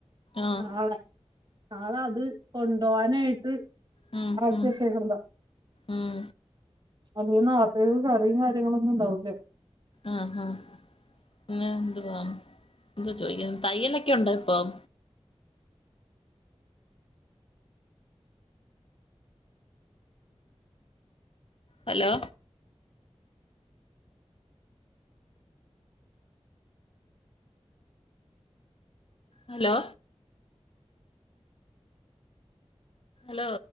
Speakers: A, on the left; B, on the right.
A: ആഹ് ആഹ്
B: നാളെ നാളെ അത് കൊണ്ടുപോവാനായിട്ട്
A: ഉം ഉം
B: ആക്കി
A: ഉം
B: വച്ചേക്കണത
A: ഉം
B: അല്ല നാലത്തേക്ക് കറി കളൊന്നും ഉണ്ടാവൂ ല്ലേ
A: ആ ആ ങ്ങ എന്തുവാ എന്താ ചോദി ക്ക തയ്യലൊക്കെയുണ്ട ഇപ്പം ഹലോ ഹലോ ഹലോ